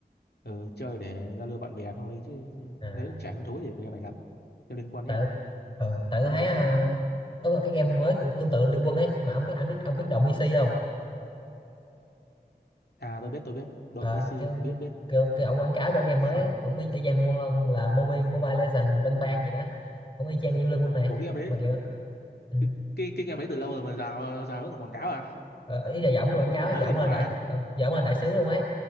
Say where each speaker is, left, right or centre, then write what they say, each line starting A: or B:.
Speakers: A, on the left (about 75°); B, on the left (about 30°).
A: ờ, chơi để giao lưu bạn bè thôi chứ
B: à.
A: thấy cũng chả hứng thú gì với game này lắm Thế liên quan đấy
B: tại
A: không
B: ờ, tại tôi thấy ờ, có còn cái game mới của tương tự Liên Quân ấy mà ông biết anh biết ông biết Động EC không
A: à tôi biết tôi biết đội
B: Ờ,
A: PC
B: cái ông-
A: biết biết
B: cái cái ông quảng cáo cho game mới
A: sao
B: ấy, cũng y, y chang Liên Quân luôn là Mobile Mobile Legends Bang Bang gì đó cũng y chang như Liên Quân này
A: ủa cái game đấy
B: mà kiểu ừ.
A: cái cái, cái game đấy từ lâu rồi mà rào rào vẫn còn quảng cáo à
B: Ờ, ý là giọng cái
A: game
B: quảng cáo
A: đấy còn mới
B: giọng
A: gì nữa
B: là
A: ba
B: đại ờ, giọng là đại sứ luôn ấy